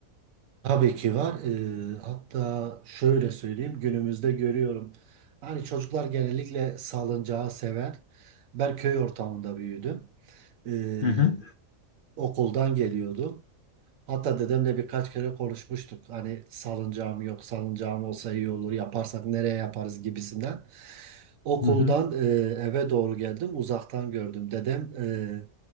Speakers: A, on the right; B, on the left.
A: Tabii ki var. Ee, hatta şöyle söyleyeyim günümüzde görüyorum. Hani çocuklar genellikle salıncağı sever. Ben köy ortamında büyüdüm. Ee,
B: Hı hı.
A: okuldan geliyordum. Hatta dedemle birkaç kere konuşmuştuk. Hani salıncağım yok, salıncağım olsa iyi olur, yaparsak nereye yaparız gibisinden. Okuldan
B: Hı hı.
A: e, eve doğru geldim, uzaktan gördüm. Dedem e,